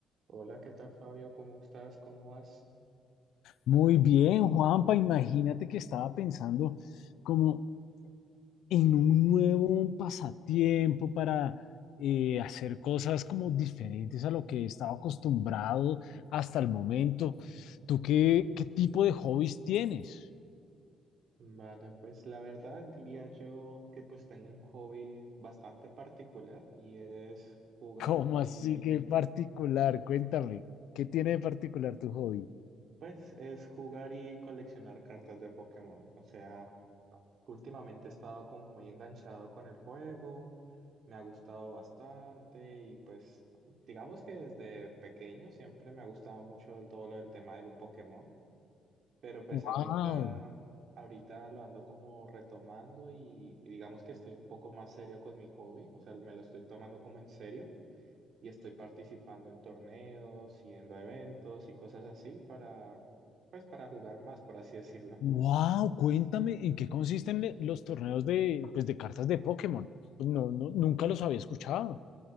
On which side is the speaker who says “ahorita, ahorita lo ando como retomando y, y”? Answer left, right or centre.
Right